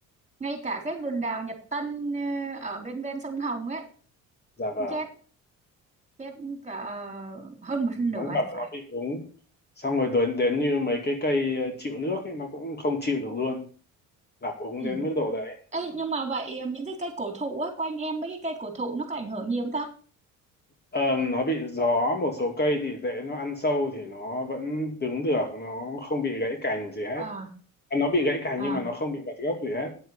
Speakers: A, on the right; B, on the left.
A: ngay cả cái vườn đào Nhật Tân ờ, ở bên ven sông Hồng ấy
B: dạ vâng
A: chết chết cả hơn một nửa
B: nó ngập
A: thì phải
B: nó bị úng xong rồi đến đến như mấy cái cây ờ, chịu nước ấy nó cũng không chịu được luôn ngập úng
A: ừ.
B: đến mức độ đấy
A: Ê, nhưng mà vậy ờ, những cái cây cổ thụ á, quanh em mấy cái cây cổ thụ nó có ảnh hưởng gì không ta?
B: Ờ, nó bị gió một số cây thì rễ nó ăn sâu thì nó vẫn đứng được nó không bị gãy cành gì hết
A: À,
B: À, nó bị gãy cành
A: à,
B: nhưng mà nó không bị bật gốc gì hết